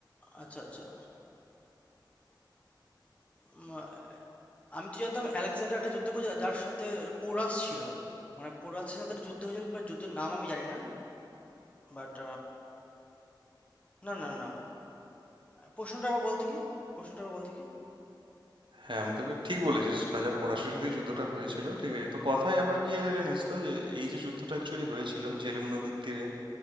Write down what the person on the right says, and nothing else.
হ্যাঁ আমি তোকে ঠিক বলেছিস রাজা পোরাসের সাথেই যুদ্ধটা হয়েছিল ঠিক আছে তো কথায় আবার কি আছে জানিস তো যে এই যে যুদ্ধটা অ্যাকচুয়ালি হয়েছিল ঝেলুম নদীর তীরে